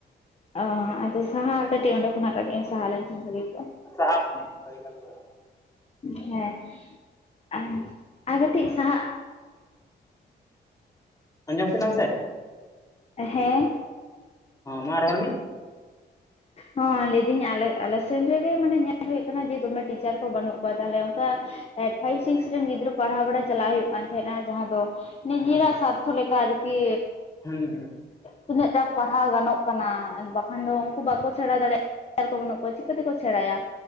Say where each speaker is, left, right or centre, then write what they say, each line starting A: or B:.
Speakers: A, on the left; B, on the left.
A: ᱟᱻ ᱟᱫᱚ ᱥᱟᱦᱟ ᱠᱟᱥᱟᱦᱟᱠᱚᱼᱟ ᱠᱟᱹᱴᱤᱡ ᱚᱱᱰᱮ ᱠᱷᱚᱱᱟᱜ ᱠᱟᱹᱴᱤᱡ ᱥᱟᱦᱟ ᱞᱮᱱ ᱠᱷᱟᱱ ᱵᱟᱹᱜᱤ‌ᱠᱩᱼᱟ
B: ᱥᱟᱦᱟᱜ <unintelligible>
A: ᱦᱮᱸ ᱟᱨ ᱟᱨ ᱠᱟᱹᱴᱤᱡ ᱥᱟᱦᱟᱜ
B: ᱟᱸᱡᱚᱢ ᱠᱮᱫᱟᱢ ᱥᱮ
A: ᱦᱮᱸ
B: ᱢᱟ ᱨᱚᱲ ᱢᱤ
A: ᱦᱚ ᱞᱟᱹᱭᱫᱟᱹᱧ ᱟᱞᱮ ᱟᱞᱮ ᱥᱮᱱ ᱨᱮᱜᱮ ᱢᱟᱱᱮ ᱧᱮᱞ ᱦᱩᱭᱩᱜ ᱠᱟᱱᱟ ᱡᱮ ᱫᱚᱢᱮ ᱴᱤ ᱪᱟᱨ ᱠᱚ ᱵᱟᱹᱱᱩᱜ ᱠᱚᱣᱟ ᱛᱟᱦᱞᱮ ᱚᱝᱠᱟ ᱮ ᱯᱷᱟᱭᱤᱵᱷ ᱥᱤᱠᱥ ᱨᱮᱱ ᱜᱤᱫᱽᱨᱟᱹ ᱯᱟᱲᱦᱟᱣ ᱵᱟᱲᱟ ᱪᱟᱞᱟᱜ ᱦᱩᱭᱩᱜ ᱠᱟᱱ ᱛᱟᱦᱮᱸᱱᱟ ᱡᱟᱦᱟᱸ ᱫᱚ ᱱᱤᱡᱮᱨᱟᱜ
B: ᱦᱮᱸ
A: ᱥᱟᱨᱛᱷᱚ ᱞᱮᱠ ᱠᱟ ᱟᱨᱠᱤ
B: ᱦᱩᱸ
A: ᱛᱤᱱᱟᱹᱜ ᱴᱟ ᱯᱟᱲᱦᱟᱣ ᱜᱟᱱᱚᱜ ᱠᱟᱱᱟ ᱵᱟᱠᱷᱟᱱ ᱫᱚ ᱵᱟᱠᱩ ᱥᱮᱬᱟ ᱫᱟᱲᱮᱭᱟᱜ <inaudible> ᱪᱟᱨ ᱠᱚ ᱵᱟᱹᱱᱩᱜ ᱠᱚᱣᱟ ᱪᱤᱠᱟᱹᱛᱮ ᱠᱚ ᱥᱮᱬᱟᱭᱟ